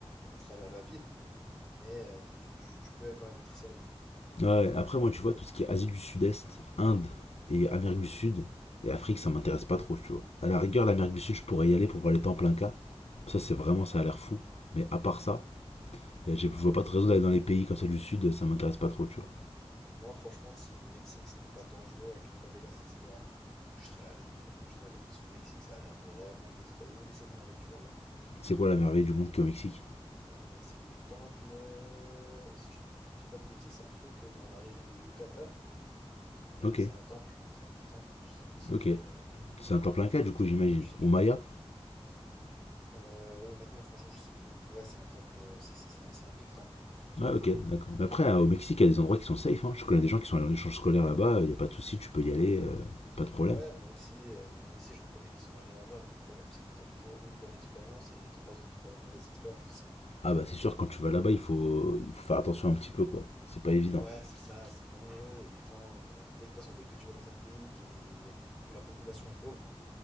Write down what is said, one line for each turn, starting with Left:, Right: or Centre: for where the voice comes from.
Centre: à travers la ville, mais euh, tu, tu- tu peux quand même être servi.
Left: Ouais, après, moi, tu vois, tout ce qui est Asie du Sud-Est, Inde et Amérique du Sud et Afrique, ça m'intéresse pas trop, tu vois. À la rigueur, l'Amérique du Sud, je pourrais y aller pour voir les temples Inca. Ça, c'est vraiment, ça a l'air fou. Mais à part ça, y a- j'ai-
Centre: Ah
Left: je vois
Centre: ouais,
Left: pas de
Centre: non,
Left: raison d'aller
Centre: moi,
Left: dans
Centre: je-
Left: les pays comme ça du Sud, ça m'intéresse pas trop, tu vois.
Centre: moi, franchement, si le Mexique c'était pas dangereux avec les favelas, etc., je serais allé. Franchement, je serais allé parce que le Mexique, ça a l'air vraiment d'être, bah, il y a une des sept merveilles du monde, hein.
Left: C'est quoi la merveille du monde qu'au Mexique
Centre: Euh, c'est le temple, euh, si je te dis pas de bêtises, c'est un truc euh, dans la région de Yucatan. Euh,
Left: Ok,
Centre: c'est un temple, c'est un des temples, je sais plus c'est
Left: ok.
Centre: lequel. euh,
Left: C'est un temple
Centre: de
Left: Inca,
Centre: mémoire
Left: du
Centre: comme
Left: coup,
Centre: ça, je
Left: j'imagine.
Centre: l'ai plus, mais je sais qu'il
Left: Ou Maya
Centre: y en a. Euh, honnêtement, franchement, je sais plus. Ouais, c'est un temple, euh, c'est c'est- c'est un, c'est un big temple.
Left: Ouais, ok, d'accord. Mais après,
Centre: Temple.
Left: hein, au Mexique, il y a des endroits qui sont safe. hein. Je connais des gens qui sont allés en échange scolaire là-bas, il n'y a pas de souci, tu peux y aller, euh, pas de problème.
Centre: Ouais, moi aussi, euh, moi aussi j'en connais qui sont allés là-bas, mais le problème c'est que t'as toujours une bonne expérience et trois autres euh, mauvaises expériences. <laughs>
Left: Ah bah c'est sûr, quand tu vas là-bas, il faut, il faut faire attention un petit peu, quoi. C'est pas évident.
Centre: Ouais, c'est ça, c'est dangereux. Et les gens, euh, dès, de toute façon, dès que tu vas dans un pays qui est- où la population est pauvre,